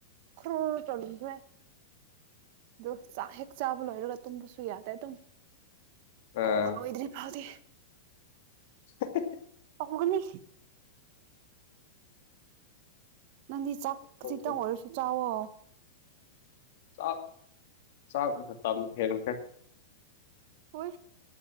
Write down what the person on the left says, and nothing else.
ꯑꯥ
<unintelligible>
ꯆꯥꯛ
ꯆꯥꯛ ꯆꯥꯛ ꯃꯇꯝ ꯍꯦꯟꯒ꯭ꯔꯦ